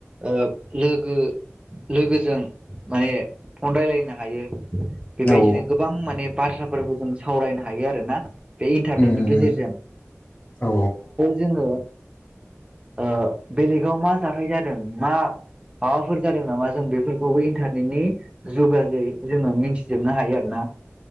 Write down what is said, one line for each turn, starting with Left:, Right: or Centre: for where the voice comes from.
Right: ओ लोगो लोगोजों माने फन रायलायनो हायो। बेबायदिनो
Left: औ
Right: गोबां माने बाथ्राफोरखौ जों सावरायनो हायो आरोना। बे इन्टारनेटनि
Left: उम
Right: गेजेरजों।
Left: औ
Right: जोङो ओ बेलेगाव मा जाथाइ जादों मा माबाफोर जादों नामा जों बे बेफोरखौबो इन्टारनेटनि <unintelligible> जोङो मिथिजोबनो हायो आरो ना।